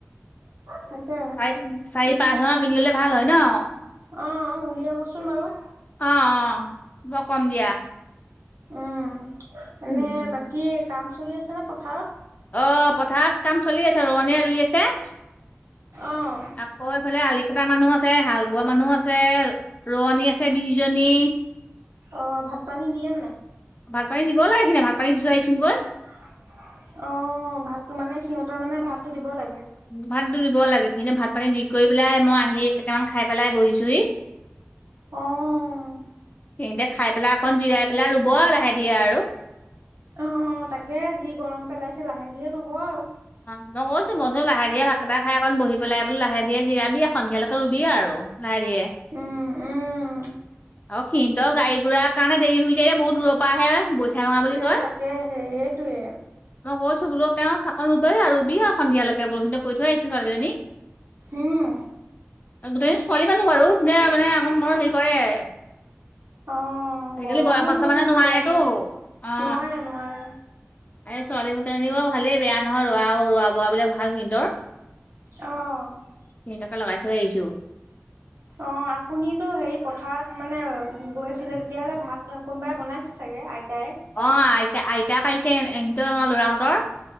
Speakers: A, on the right; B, on the left.
A: তাকে।
B: চাৰি চাৰি
A: বুলি
B: পাঁচ ঘৰমান মিলিলে ভাল হয় ন।
A: অ', উলিয়াবচোন বাৰু।
B: অ'অ', মই কম দিয়া।
A: উম। এনে
B: উম্,
A: বাকী কাম চলি আছেনে পথাৰত।
B: অ', পথাৰত কাম চলি আছে, ৰোৱনীয়ে ৰুই আছে।
A: অ'।
B: অঁএইফালে আলিকটা মানুহ আছে হাল বোৱা মানুহ আছে ৰোৱনী আছে বিজনী
A: অ', ভাত পানী দিয়েনে নাই।
B: ভাত পানী দিব লাগে, সিদিনা ভাত পানী দি থই আহিছোঁ গৈ।
A: অ', ভাতটো মানে সিহঁতৰ মানে ভাতটো দিব লাগে।
B: ভাত দিব লাগে, সিহঁতক ভাত পানী দি কৰি পেলাই মই আহি কেইটামান খাই পেলাই বহিছোঁহি। <unintelligible>
A: অ'।
B: সেইতে খাই পেলাই অকণ জিৰাই পেলাই ৰুব লাহে ধিয়ে আৰু।
A: অ', তাকে যি গৰম পেলাইছে লাহে ধীৰে ৰুব আৰু।
B: অ', মই কৈছোঁ মইনো লাহোহে ভাতকেইটা খাইকণ বহিবি পেলাই লাহে জিৰাবি সন্ধিয়ালৈকে ৰুবি আৰু। লাহে ধীৰে।
A: উম, উম।
B: অ', সিহঁতক গাড়ী গুৰাৰ কাৰণে দেৰি হৈ যায়, যে বহুত দূৰৰ পৰা আহে। ভঙা বুলি
A: এই
B: কয়
A: তাকে সে সেইটোৱে।
B: মই গৈছো বোলো, তেওঁ চাকোন ৰুবই আৰু সন্ধিয়ালৈকে বোলো খিনি কৈ থৈ আহিছোঁ ছোৱালীকেইজনীক।
A: উম,
B: গোটেইকেইজনী ছোৱালী মানুহ বাৰু সিহঁতে মানে আক মোৰ হে আজিকালি
A: অ' গৰমো
B: বয়সস্থ
A: নহয়
B: মানুহে
A: যি
B: নোৱাৰেটো
A: পেলাইছে।
B: অ'।
A: নোৱাৰে নোৱাৰে
B: এই ছোৱালী কেইজনী ভালেই বেয়া নহয়, ৰোৱা, ৰোৱা বোৱা বিলাক ভাল সিহঁতৰ।
A: অ'।
B: সিহঁতকে লগাই থৈ আহিছোঁ।
A: অ', আপুনিতো হেৰি পথাৰত মানে গৈ আছিলে, তেতিয়াহ'লে ভাত কোনোবাই বনাইছে? ছে চাগে আইতাই।
B: অ', আইতা, আইতাক আহিছে ইহঁতৰ লৰাহঁতৰ।